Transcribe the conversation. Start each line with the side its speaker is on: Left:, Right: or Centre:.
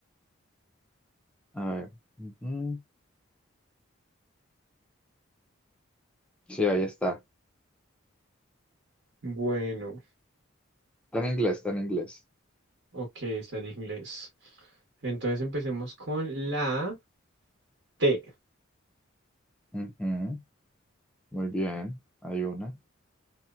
Centre: A ver. ujú. Sí, ahí está.
Right: bueno,
Centre: Está en inglés, está en inglés.
Right: ok, está en inglés. Entonces empecemos con la T,
Centre: Ujú, Muy bien, hay una.